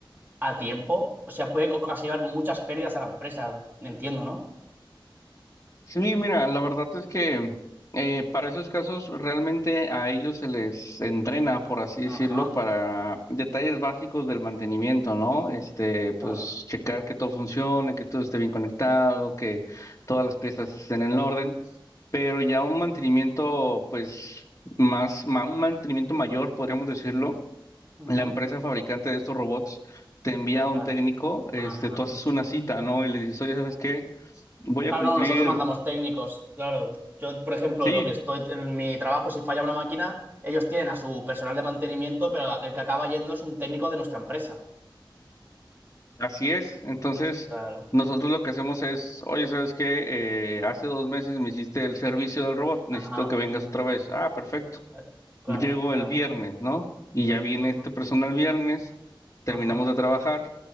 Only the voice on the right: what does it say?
a tiempo, o sea, puede ocasionar muchas pérdidas a la empresa. Entiendo, ¿no?
Ajá,
claro.
Ujú.
Se encarga.
Ajá.
Claro,
no, nosotros mandamos técnicos. Claro, yo, por ejemplo,
lo que estoy en mi trabajo, si falla una máquina, ellos tienen a su personal de mantenimiento, pero la- el que acaba yendo es un técnico de nuestra empresa.
Claro,
ajá,
eh, claro,
claro,
ujú,
ajá,